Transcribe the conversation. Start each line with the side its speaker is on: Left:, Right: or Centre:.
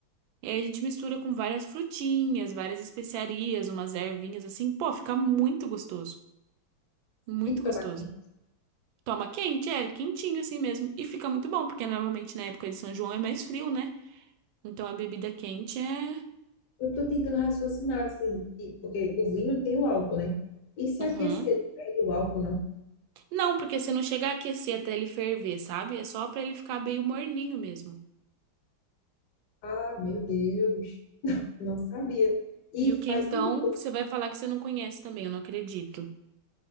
Right: E aí a gente mistura com várias frutinhas, várias especiarias, umas ervinhas assim. Pô, fica muito gostoso. Muito
Left: E toma
Right: gostoso.
Left: aqui.
Right: Toma quente, é, quentinho assim mesmo. E fica muito bom, porque normalmente na época de São João é mais frio, né? Então a bebida quente é.
Left: Eu tô tentando raciocinar, assim, e- porque o vinho tem o álcool, né? E se
Right: Uhum.
Left: aquecer, perde o álcool, não?
Right: Não, porque você não chega a aquecer até ele ferver, sabe? É só pra ele ficar meio morninho mesmo.
Left: Ah, meu Deus, não sabia. E
Right: E o quentão,
Left: faz sentido.
Right: você vai falar que você não conhece também, eu não acredito.